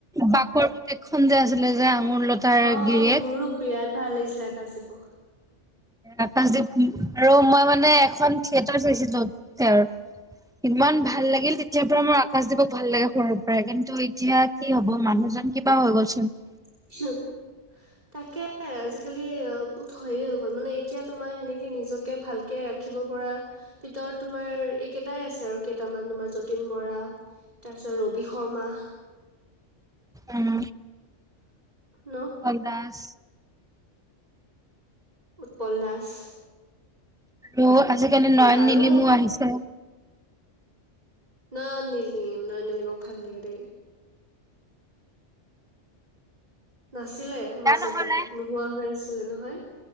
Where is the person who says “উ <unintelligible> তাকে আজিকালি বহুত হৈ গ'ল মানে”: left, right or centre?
Right